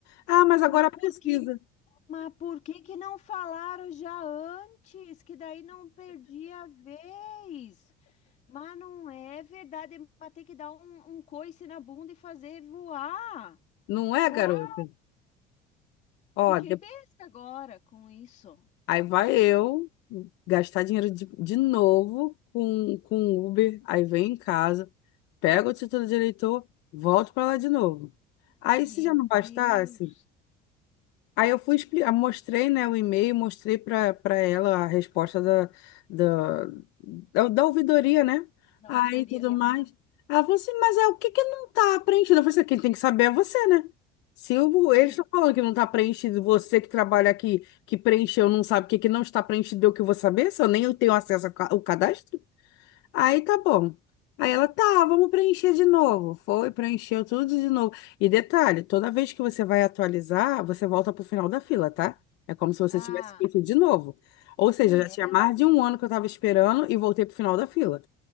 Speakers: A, on the left; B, on the left.
A: Ah, mas agora
B: Mas
A: precisa.
B: por que, mas por que que não falaram já antes? Que daí não perdia a vez. Mas não é verdade, Vai ter que dar um, um coice na bunda e fazer voar.
A: Não é,
B: Cara,
A: garota? Ó,
B: fiquei
A: de-
B: besta agora com isso.
A: aí vai eu gastar dinheiro de, de novo com, com Uber, aí vem em casa. pego o título de eleitor, volto para lá de novo. Aí,
B: Meu
A: se já não bastasse,
B: Deus,
A: aí eu fui explicar, mostrei, né, o e-mail, mostrei para para ela a resposta da, da, da, da ouvidoria, né?
B: da
A: Aí
B: ouvidoria.
A: tudo
B: aham.
A: mais. Ela falou assim, mas é o que que não tá preenchido? Eu falei assim, quem tem que saber é você, né? Se o- eles
B: <laughs>
A: estão falando que não está preenchido, você que trabalha aqui, que preencheu, não sabe o que, que não está preenchido, eu que vou saber, se eu nem tenho acesso ao ca- ao cadastro? Aí tá bom. Aí ela, tá, vamos preencher de novo. Foi, preencheu tudo de novo. E detalhe, toda vez que você vai atualizar, você volta pro final da fila, tá? É como se você
B: Ah,
A: tivesse feito de novo. Ou
B: que
A: seja,
B: merda.
A: já tinha mais de um ano que eu tava esperando e voltei pro final da fila.